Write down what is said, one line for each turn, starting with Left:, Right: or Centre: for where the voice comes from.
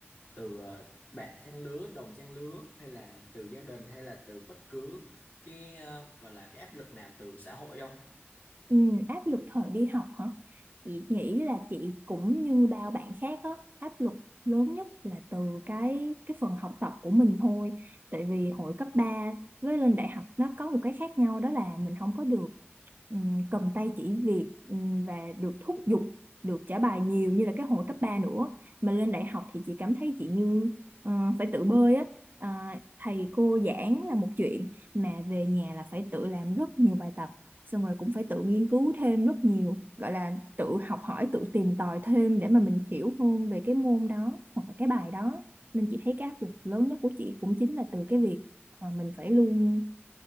Left: từ ờ, bạn trang lứa đồng trang lứa hay là từ gia đình hay là từ bất cứ cái ờ, gọi là cái áp lực nào từ xã hội không
Right: Ừ, áp lực thời đi học hả? Chị nghĩ là chị cũng như bao bạn khác á, áp lực lớn nhất là từ cái cái phần học tập của mình thôi. Tại vì hồi cấp 3 với lên đại học nó có một cái khác nhau đó là mình không có được ừm, cầm tay chỉ việc ừm, và được thúc giục, được trả bài nhiều như là cái hồi cấp 3 nữa. Mà lên đại học thì chị cảm thấy chị như ờ, phải tự bơi á. Ờ, thầy cô giảng là một chuyện mà về nhà là phải tự làm rất nhiều bài tập xong rồi cũng phải tự nghiên cứu thêm rất nhiều gọi là tự học hỏi tự tìm tòi thêm để mà mình hiểu hơn về cái môn đó hoặc là cái bài đó nên chị thấy cái áp lực lớn nhất của chị cũng chính là từ cái việc ờ, mình phải luôn